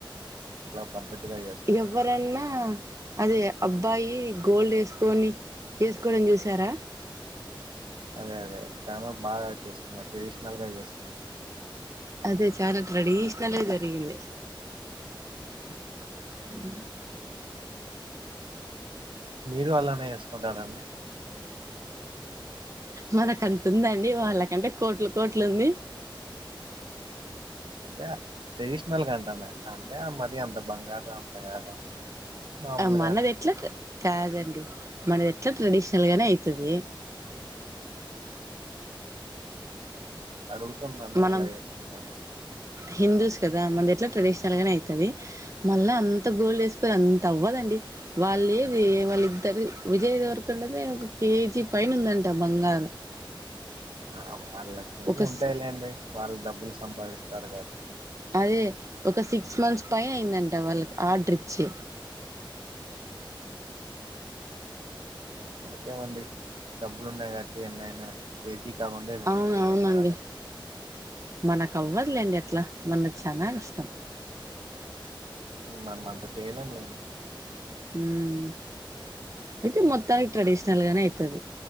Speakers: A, on the right; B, on the right.
A: పద్ధతిగా చేసుకు
B: ఎవరన్నా అది అబ్బాయి గోల్డ్ ఏసుకొని ఏసుకోవడం చూసారా?
A: అదే అదే చాలా బాగా చేసుకున్నావ్ ట్రెడిషనల్ గా ఏసుకున్నావ్.
B: అదే చాలా ట్రెడిషనలే జరిగింది. అ
A: మీరు అలానే ఏసుకుంటారండి.
B: మనక అంత ఉందండి. వాళ్ళకంటే కోట్లు కోట్లు ఉంది.
A: అంటే ట్రెడిషనల్ కంటన్న అంటే మరి అంత బంగారం అంత కాకుండా మామూలుగాని
B: ఆ మనది ఎట్లా క కాదండి. మనది ఎట్లా ట్రెడిషనల్ గానే అయితది.
A: అడుగుతున్నాను
B: మనం
A: అలా ఏసుకుంటారా?
B: హిందూస్ కదా మనది ఎట్లాగ్ ట్రెడిషనల్ గానే అయితుది మళ్ళా అంత గోల్డ్ ఏసుకొని అంత అవ్వదండి. వాళ్ళేది వాళ్ళిద్దరది విజయ్ దేవరకొండది ఒక కేజీ పైన ఉందంట ఆ బంగారం
A: ఆ వాళ్ళకి ఏమి
B: ఒక
A: ఉంటాయిలేండి. వాళ్ళు డబ్బులు సంపాదిస్తారు. కావట్టి
B: అదే ఒక సిక్స్ మంత్స్ పైన అయిందంట వాళ్ళకి ఆర్డర్ ఇచ్చి
A: ఇంకేమండి డబ్బులున్నాయి కావట్టి ఎన్నయినా కేజీ కాకుండా రెండు
B: అవును
A: కేజీలైనా
B: అవునండి
A: ఆర్డర్
B: మనకు అవ్వదులేండి అ అట్లా మనద్ చానా నష్టం.
A: మనం అంత చేయలేం లేం
B: ఉమ్ అయితే మొత్తానికి ట్రెడిషనల్ గానే అయితది.